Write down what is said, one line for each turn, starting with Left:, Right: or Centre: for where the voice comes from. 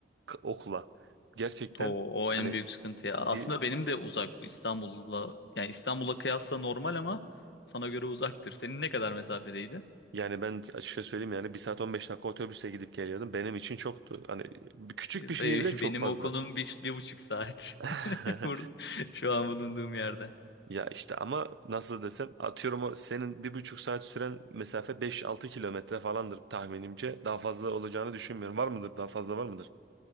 Right: k- okula. Gerçekten
Left: O, o
Right: hani
Left: en büyük sıkıntı ya. Aslında
Right: bir
Left: benim de uzak bu İstanbul'la. Yani İstanbul'a kıyasla normal ama sana göre uzaktır. Senin ne kadar mesafedeydi?
Right: yani ben açıkça söyleyeyim yani bir saat 15 dakika otobüse gidip geliyordum. Benim için çoktu. Hani bir- küçük
Left: E,
Right: bir şehirde
Left: be- <laughs>
Right: çok
Left: Benim
Right: fazla.
Left: okulum bir, bir buçuk saat.
Right: <laughs>
Left: <laughs> Bur- Şu an bulunduğum yerden.
Right: Ya işte ama nasıl desem atıyorum o senin bir buçuk saat süren mesafe beş altı kilometre falandır tahminimce. Daha fazla olacağını düşünmüyorum. Var mıdır? Daha fazla var mıdır?